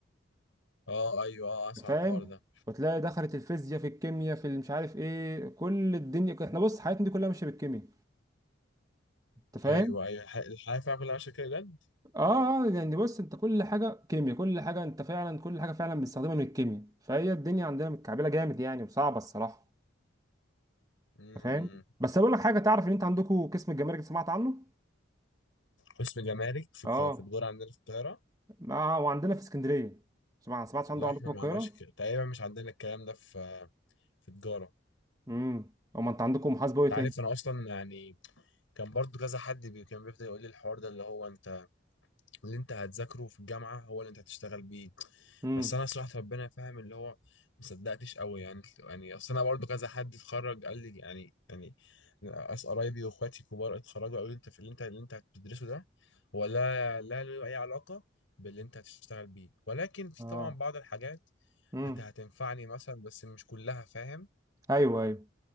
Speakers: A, on the left; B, on the right.
A: اه ايوه اه اسمع
B: انت فاهم
A: عن الحوار ده
B: وتلاقي دخلت الفيزياء في الكيمياء في مش عارف ايه كل الدنيا احنا بص حياتنا دي كلها ماشيه بالكيمياء انت فاهم
A: ايوه ايوه الح- الحياة فيها كلها ماشية كده بجد
B: اه اه يعني بص انت كل حاجه كيمياء كل حاجه انت فعلا كل حاجه فعلا بنستخدمها من الكيمياء فهي الدنيا عندنا متكعبله جامد يعني وصعبه الصراحه
A: امم
B: انت فاهم بس اقول لك حاجه تعرف ان انت عندكم قسم الجمارك سمعت عنه
A: قسم جمارك في
B: اه
A: الق- في الدور عندنا في القاهرة
B: لا وعندنا في اسكندريه سمعت سمعت عنده
A: لا
B: عندكم
A: احنا
B: في
A: ما
B: القاهره
A: عندناش ك- تقريبا مش عندنا الكلام ده في في تجارة
B: امم امال انت عندكم محاسبه
A: انت
B: ايه تاني
A: عارف انا اصلا يعني كان برضو كذا حد بي كان بيفضل يقول لي الحوار ده اللي هو انت اللي انت هتذاكره في الجامعة هو اللي انت هتشتغل بيه
B: امم
A: بس انا صراحة ربنا فاهم اللي هو ما صدقتش قوي يعني يعني اصل انا برضو كذا حد اتخرج قال لي يعني يعني ناس قرايبي واخواتي كبار اتخرجوا قالوا لي انت في اللي انت اللي انت هتدرسه ده هو لا لا له اي علاقة باللي انت هتشتغل بيه ولكن في
B: اه
A: طبعا بعض الحاجات
B: امم
A: هت- هتنفعني مثلا بس مش كلها فاهم
B: ايوه ايوه